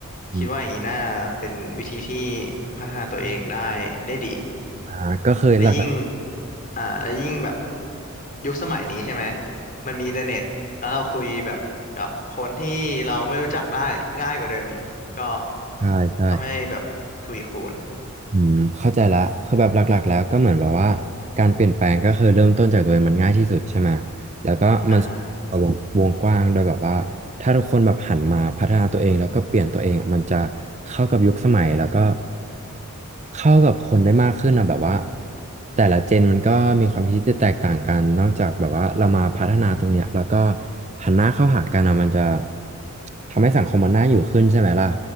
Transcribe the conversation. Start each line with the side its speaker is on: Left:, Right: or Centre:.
Right: อม
Left: คิดว่าอย่างนี้น่าเป็นวิธีที่พัฒนาตัวเองได้ได้ดี
Right: อ่าก็เคยหลัก
Left: และยิ่งอ่าและยิ่งแบบยุคสมัยนี้ใช่ไหมมันมีอินเทอร์เน็ตแล้วเราคุยแบบกับคนที่เราไม่รู้จักได้ง่ายกว่าเดิมอีกก็
Right: ๆใช่ใช่
Left: ทำให้แบบทวีคูณ
Right: อืมเข้าใจละคือแบบหลักๆแล้วก็เหมือนแบบว่าการเปลี่ยนแปลงก็คือเริ่มต้นจากตัวเองมันง่ายที่สุดใช่ไหมแล้วก็มัน
Left: อ่าฮะ
Right: วงวงกว้างโดยแบบว่าถ้าทุกคนแบบหันมาพัฒนาตัวเองแล้วก็เปลี่ยนตัวเองอะมันจะเข้ากับยุคสมัยแล้วก็เข้ากับคนได้มากขึ้นนะแบบว่าแต่ละเจนมันก็มีความคิดที่แตกต่างกันนอกจากแบบว่าเรามาพัฒนาตรงเนี้ยแล้วก็หันหน้าเข้าหากันอะมันจะทำให้สังคมมันน่าอยู่ขึ้นใช่ไหมล่ะ